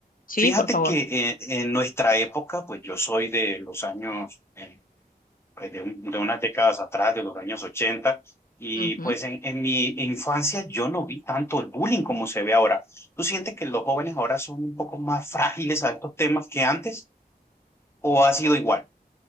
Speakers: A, on the left; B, on the left.
A: Sí,
B: Fíjate
A: por favor.
B: que eh, en, nuestra época, pues yo soy de los años eh, pues, de, un- de unas décadas atrás, de los años ochenta Y
A: Ujú.
B: pues en, en mi infancia yo no vi tanto el bullying como se ve ahora. ¿Tú sientes que los jóvenes ahora son un poco más frágiles a estos temas que antes o ha sido igual?